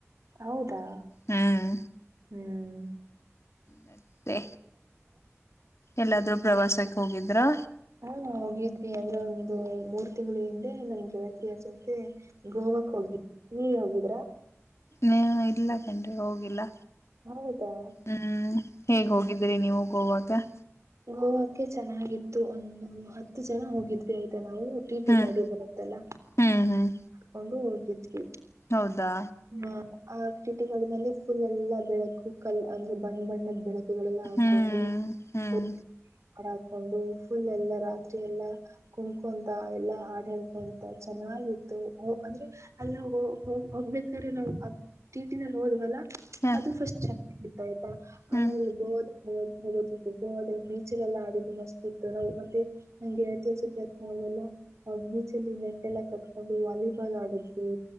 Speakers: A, on the right; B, on the left.
A: ಹೌದಾ
B: ಹ್ಮ್
A: ಹ್ಮ್ ಹ್ಮ
B: ಮತ್ತೆ ಎಲ್ಲಾದ್ರೂ ಪ್ರವಾಸಕ್ ಹೋಗಿದ್ರಾ.
A: ಹಾ ಹೋಗಿದ್ವಿ ಅಂದ್ರೆ ಒಂದು ಮೂರ್ ತಿಂಗ್ಲು ಹಿಂದೆ ನಮ್ ಗೆಳತಿಯ ಜೋ ತು ಗೋವಾಗ್ ಹೋಗ್ ನೀವ್ ಹೋಗಿದ್ರಾ.
B: ನ್ಯ ಇಲ್ಲ. ಎಂಡ್ರಿ ಹೋಗಿಲ್ಲ.
A: ಹೌದಾ
B: ಹ್ಮ್ ಹೇಗ್ ಹೋಗಿದ್ರಿ ನೀವು ಗೋವಾಗ್ ವ.
A: ಇಮ್ಮುವಕ್ಕೆ ಚೆನ್ನಾಗಿತ್ತು ಒಂದ್ ಹತ್ತು ಜನ ಹೋಗಿದ್ವಿ ಆಯ್ತಾ ನಾವು. ಟಿ ಟಿ
B: ಹ್ಮ್
A: ಗಾಡಿ ಬರುತ್ತಲ್ಲ
B: ಹ್ಮ್ ಹ್ಮ್
A: ಕೊಂಡು ಹೊ ಗಿದ್ವಿ.
B: ಹೌದಾ
A: ನ ಆ. ಟಿಟಿ ಗಾಡಿನಲ್ಲಿ ಫುಲ್ ಎಲ್ಲಾ ಬೆಳಕು ಕಲ್ ಅಂದ್ರೆ ಬಣ್ಣ ಬಣ್ಣದ್ ಬೆಳಕು. ಗಳೆಲ್ಲ ಹಾಕೊಂಡು
B: ಹ್ಮ್ ಹ್ಮ್
A: ತೆ ಕಡ ಹಾಕೊಂಡು ಫುಲ್ ಎಲ್ಲ ರಾತ್ರಿ ಎಲ್ಲಾ ಕುಣ್ಕೊಂತ ಎಲ್ಲಾ ಹಾಡು ಹೇಳ್ಕೊಂತ ಚೆನ್ನಾಗಿತ್ತು ಅಂದ್ರೆ ಎಲ್ಲೋಗ ಹೋಗ್ಬೇಕ್ರೆ ನಾವು ಟೀಟಿನಲ್ ಹೋದ್ವಲ್ಲ.
B: ಹ
A: ಅದು ಫಸ್ಟ್ ಚ ಆಯ್ತ ಆಯ್ತಾ
B: ಹ್ಮ್
A: ಆಮೇಲೆ ಗೋವಾ ಹೋಗೋದಕ್ ಬ. ಬೀಚ್ಗೆಲ್ಲಾ ಆಡಿದ್ದು ಮಸ್ತ್ ಇತ್ತು ನಾವು ಮತ್ತೆ ನಂಗೆ ಗೆಳ್ತಿರ್ ಜೊತೆ ನಾವೆಲ್ಲ ಬೀಚಲ್ಲಿ ನೆಟ್ ಎಲ್ಲ ಕಟ್ಕೊಂಡು ವಾಲಿಬಾಲ್ ಆಡುದ್ವಿ.